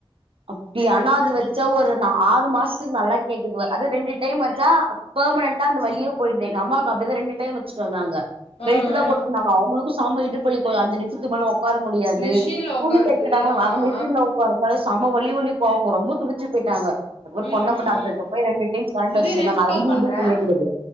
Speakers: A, on the right; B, on the left.
A: அப்டி ஆனா அது வச்சா ஒரு நா ஆறு மாசத்துக்கு நல்லா கேக்குது அதா ரெண்டு டைம் வச்சா பெர்மனன்ண்டா அந்த வழிய போயிர்து எங்கம்மாக்கு அப்டிதா ரெண்டு டைம் வெச்சுட்டு வந்தாங்க
B: ஆ
A: வெயிட்டு தா
B: ஆ
A: போட்டிருந்தாங்க அவங்ளுக்கு சம இடுப்பு வலிப்போயி அஞ்சுநிம்ஷத்துக்கு மேல உக்கார முடியாது
B: மிஷின்ல
A: துணி
B: உக்காருது
A: தெக்கிறாங்கள
B: ஆமா
A: அத மிஷின்ல உக்கார உக்கார சம வலி வலிக்கு அவ்ங்க ரொம்ப துடிச்சு போயிட்டாங்க ஒரு
B: ம்
A: பொண்ணப்ப
B: ம்
A: டாக்டர்கிட்ட
B: ம்
A: போய் ரெண்டு டைம் கரண்ட்
B: சுஜி
A: வச்சிர்தாங்க
B: நெக்ஸ்ட்
A: அது
B: கால்
A: வந்து
B: பண்றே
A: இது போய்னேகிது அது